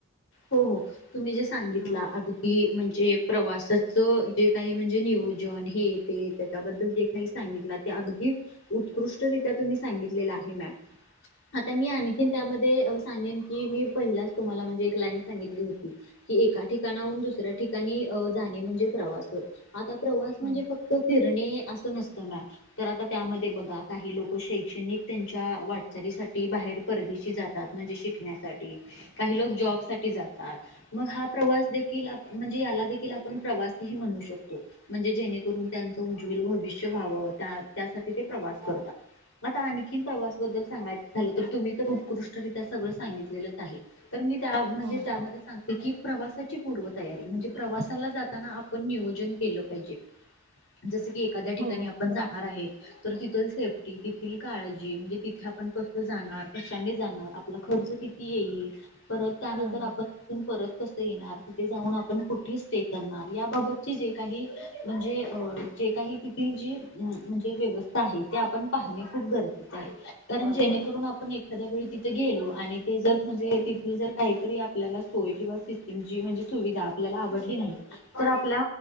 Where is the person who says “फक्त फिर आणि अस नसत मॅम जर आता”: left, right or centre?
Left